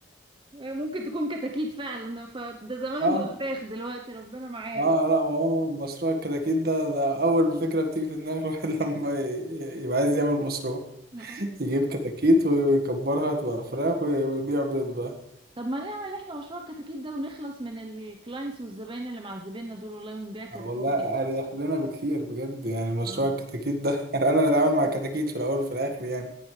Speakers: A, on the right (about 25°); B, on the right (about 55°).
A: ممكن تكون كتاكيت فعلا فده زمانهم
B: اه
A: بقوا فراخ دلوقتي ربنا معايا
B: اه لا ما هو مشروع الكتاكيت ده ده اول فكره بتيجي في دماغ الواحد <laughs> لما ي- يبقى عايز يعمل مشروع
A: بقى
B: يجيب كتاكيت ويكبرها تبقى فراخ وي- ويبيع بيض بقى
A: طب ما نعمل احنا مشروع الكتاكيت ده ونخلص من الكلاينتس والزباين اللي معذبيننا دول والله ونبيع كتاكيت
B: والله
A: ونكسب
B: اريح لنا بكثير بجد يعني مشروع
A: اه
B: الكتاكيت ده <laughs> انا اتعامل مع كتاكيت في الاول وفي الاخر يعني